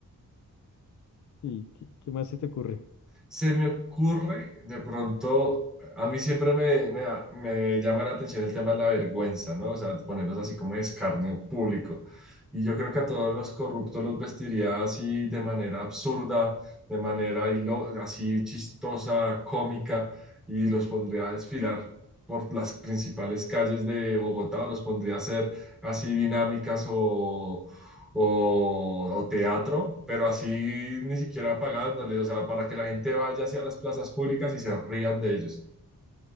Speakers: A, on the left (about 55°); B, in the centre.
A: ¿Y qué, qué más se te ocurre?
B: Se me ocurre, de pronto, a mí siempre me, me- me llama la atención el tema de la vergüenza, ¿no? O sea, ponerlos así como de escarnio público. Y yo creo que a todos los corruptos los vestiría así de manera absurda, de manera hilo- así chistosa, cómica, y los pondría a desfilar por las principales calles de Bogotá, o los pondría a hacer así dinámicas o o, o teatro, pero así ni siquiera pagándole, o sea, para que la gente vaya hacia las plazas públicas y se rían de ellos.